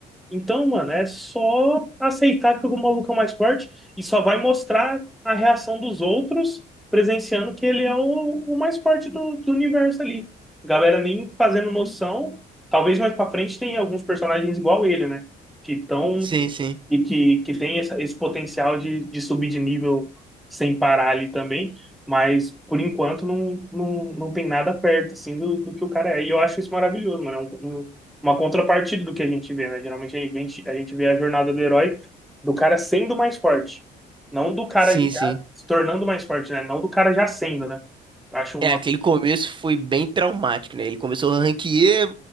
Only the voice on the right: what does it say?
Sim, sim.
Sim,
sim.
É,
aquele começo foi bem traumático, né? Ele começou a ranquear,